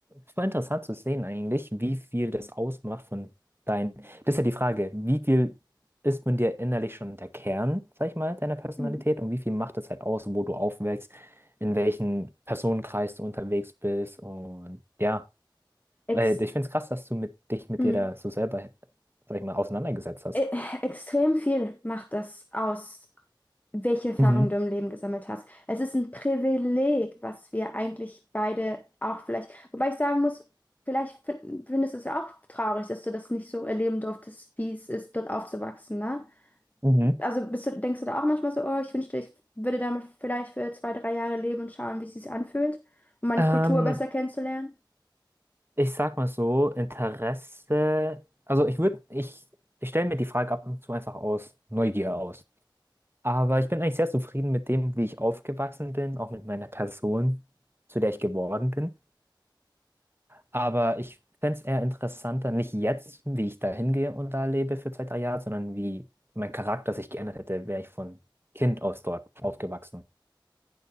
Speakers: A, on the right (about 30°); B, on the left (about 20°).
A: Es war interessant zu sehen eigentlich, wie viel das ausmacht von dein. Das ist ja die Frage, wie viel ist von dir innerlich schon der Kern, sag ich mal, deiner Personalität
B: Mhm.
A: und wie viel macht das halt aus, wo du aufwächst, in welchen Personenkreis du unterwegs bist und ja,
B: Ex.
A: weil ich finde es krass, dass du mit dich mit
B: hm.
A: dir da so selber, sag ich mal, auseinandergesetzt hast.
B: E- Extrem viel macht das aus, welche Erfahrungen
A: Mhm,
B: du im Leben gesammelt hast. Es ist ein Privileg, was wir eigentlich beide auch vielleicht, wobei ich sagen muss, vielleicht fin- findest du es ja auch traurig, dass du das nicht so erleben durftest, wie es ist, dort aufzuwachsen, ne?
A: mhm.
B: Also bist du, denkst du da auch manchmal so, oh, ich wünschte, ich würde damit vielleicht für zwei, drei Jahre leben und schauen, wie es sich anfühlt, um meine
A: Ähm,
B: Kultur besser kennenzulernen?
A: ich sag mal so, Interesse, also ich würde, ich, ich stelle mir die Frage ab und zu einfach aus Neugier aus. Aber ich bin eigentlich sehr zufrieden mit dem, wie ich aufgewachsen bin, auch mit meiner Person, zu der ich geworden bin. Aber ich fände es eher interessanter, nicht jetzt, wie ich da hingehe und da lebe für zwei, drei Jahre, sondern wie mein Charakter sich geändert hätte, wäre ich von Kind aus dort aufgewachsen.